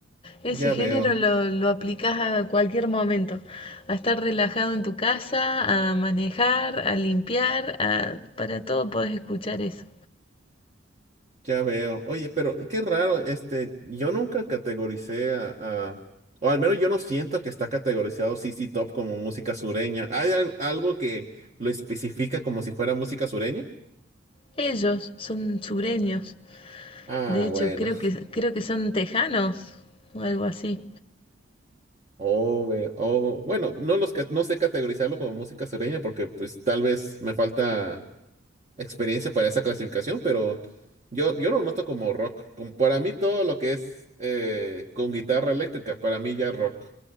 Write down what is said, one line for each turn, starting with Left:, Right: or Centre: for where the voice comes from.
Left: Ese
Right: Ya
Left: género
Right: veo,
Left: lo, lo aplicás a cualquier momento, a estar relajado en tu casa, a manejar, a limpiar, a- para todo podés escuchar eso.
Right: ya veo. Oye, pero qué raro, este, yo nunca categoricé a, a- o al menos yo no siento que está categorizado CC Top como música sureña. ¿Hay al- algo que lo especifica como si fuera música sureña?
Left: Ellos son sureños,
Right: Ah,
Left: de hecho
Right: bueno.
Left: creo que, creo que son tejanos o algo así.
Right: O, eh, o, bueno, no los ca- no sé categorizarlo como música sureña porque pues tal vez me falta experiencia para esa clasificación, pero yo, yo lo noto como rock. Como para mí todo lo que es eh, con guitarra eléctrica, para mí ya es rock.